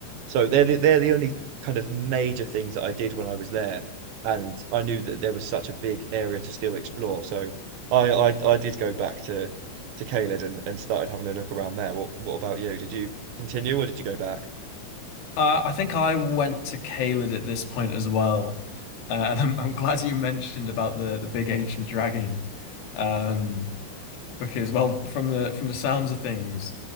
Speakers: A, on the right (about 70°); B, on the left (about 80°).
A: so they're the, they're the only kind of major things that I did when I was there, and I knew that there was such a big area to still explore. So I I, I did go back to to Caelid and, and started having a look around there. What what about you? Did you continue or did you go back?
B: Uh, I think I went to Caelid at this point as well, uh, <laughs> and I'm I'm glad you mentioned about the the big ancient dragon. Um, because well from the from the sounds of things